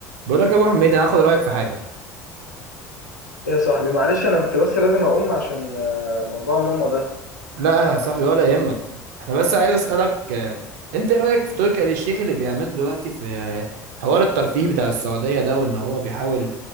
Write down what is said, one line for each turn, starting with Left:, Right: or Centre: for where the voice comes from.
Right: بقول لك يا ابو حميد انا هاخد رايك في حاجه
Left: يا صاحبي معلش انا كنت بس لازم اقوم عشان آه، موضوع ماما ده
Right: لا يا صاحبي ولا يهمك احنا بس عايز اسالك آه، انت ايه رايك في تركي آل الشيخ اللي بيعمله دلوقتي في آه، حوار الترفيه بتاع السعوديه ده وان هو بيحاول